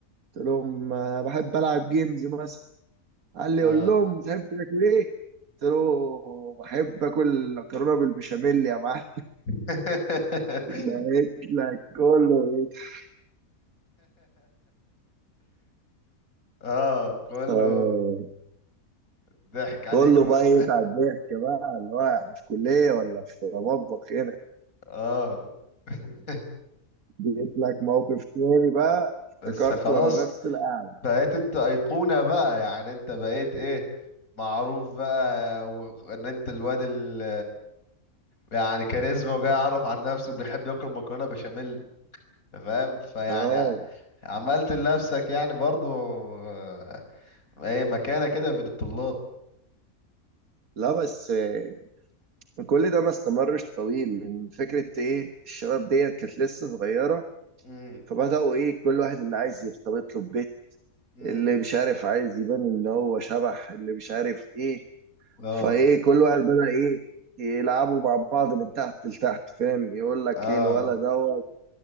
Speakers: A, on the right; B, on the left.
A: قلت لهم آه، بحب العب جيمز مثلا قال لي
B: اه
A: قول لهم بتحب تاكل ايه قلت له بحب اكل مكرونه بالبشاميل يا معلم
B: <laughs>
A: لقيت لك كله يضحك
B: اه كله
A: اه
B: ضحك عليك
A: كله
B: بقى
A: بقى يقطع الضحك بقى اللي هو احنا في كلية ولا في مطبخ هنا
B: اه <laughs>
A: جيت لك موقف تاني بقى افتكرته
B: بس خلاص
A: وانا نفس القعدة
B: بقيت انت ايقونة بقى يعني انت بقيت ايه معروف بقى وان انت الواد ال يعني كاريزما وجاي يعرف عن نفسه وبيحب ياكل مكرونة بشاميل أنت فاهم فيعني
A: اه
B: عملت لنفسك يعني برضو آه، ايه مكانة كده بين الطلاب
A: لا بس آه، كل ده ما استمرش طويل من فكرة ايه الشباب ديت كانت لسه صغيرة
B: امم
A: فبدأوا ايه كل واحد اللي عايز يرتبط له ببيت
B: امم
A: اللي مش عارف عايز يبان ان هو شبح اللي مش عارف ايه
B: اه
A: فايه كل واحد بدأ ايه يلعبوا مع بعض من تحت لتحت فاهم يقول لك
B: اه
A: ايه الولد دوت